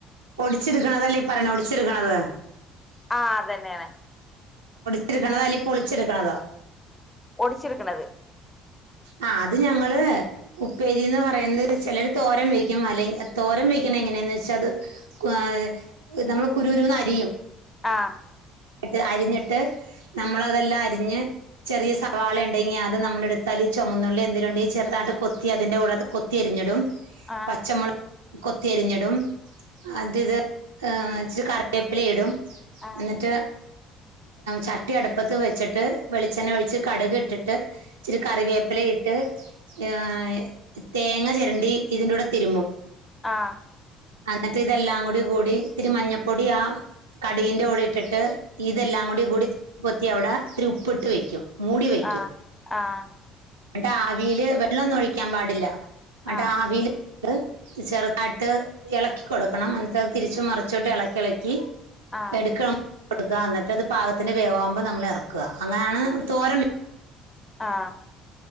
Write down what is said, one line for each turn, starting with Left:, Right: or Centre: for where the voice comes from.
Right: ഒടിച്ച്ട്ക്ക്ണതല്ലേ ഈ പറയ്നെ ഒടിച്ചിട്ക്ക്ണത്.
Left: ആഹ് അതെഞ്ഞെണ്.
Right: ടിച്ച് ക്കണതോ അല്ലെങ്കി പൊളിച്ചിട്ക്കണതോ
Left: ഒടിച്ചിട്ക്ക്ണത്.
Right: ആ അത് ഞങ്ങള് ഉപ്പേരിന്ന് പറയുന്നത് ചിലര് തോരൻ വെയ്ക്കും, അല്ലെങ്ക തോരൻ വെയ്ക്കുന്നത് എങ്ങനെന്നെച്ചാ അത് <inaudible> നമ്മള് കുരുരുന്ന് അരിയും
Left: ആഹ്
Right: ട്ട്, അരിഞ്ഞിട്ട് നമ്മളതെല്ലാം അരിഞ്ഞ് ചെറിയ സവാളയുണ്ടെങ്കിൽ അത് നമ്മലെടുത്താല് ചൊമൊന്നുള്ളി എന്തെലുണ്ടെങ്കി ചെറുതാട്ട് കൊത്തി അതിന്റെകൂടെ കൊത്തി അരിഞ്ഞിടും.
Left: ആഹ്
Right: പച്ചമുള കൊത്തി അരിഞ്ഞിടും. അതിത് ഏഹ് ഇച്ചിരി കറിവേപ്പില ഇടും.
Left: ആഹ്
Right: എന്നിട്ട് ചട്ടി അടുപ്പത്ത് വെച്ചിട്ട് വെളിച്ചെണ്ണ ഒഴിച്ച് കടുക് ഇട്ടിട്ട് ഇച്ചിരി കറിവേപ്പ പ്പില ഇട്ട് ആ തേങ്ങ ചിരണ്ടി ഇതിന്റെ കൂടെ തിരുമ്മും.
Left: ആഹ്
Right: അന്നിട്ട് ഇതെല്ലാം കൂടി കൂടി ഇത്തിരി മഞ്ഞപ്പൊടി ആ കടുകിന്റെ കൂടെ ഇട്ടിട്ട് ഇതെല്ലാം കൂടി കൂടി കൊത്തി അവിടെ ഇത്തിരി ഉപ്പിട്ട് വെക്കും. മൂടി വെക്കും
Left: ആഹ് ആഹ്
Right: എന്നിട്ട് ആവില് വെള്ളൊന്നൊയി ക്കാൻ പാടില്ല. അട്ട്
Left: ആഹ്
Right: ആ വീല് ട്ട് ചെറുതായിട്ട് ഇളക്കി കൊടുക്കണം എന്നിട്ട് ത് തിരിച്ചും മറിച്ചുട്ട് ഇളക്കി ഇളക്കി
Left: ആഹ്
Right: എടുക്കണം കൊടുക്ക എന്നിട്ടത് പാകത്തിന് വേവാകുമ്പോ നമ്മള് ഇറക്കും ക്ക അങ്ങനാണെന്ന് തോരം വ
Left: ആഹ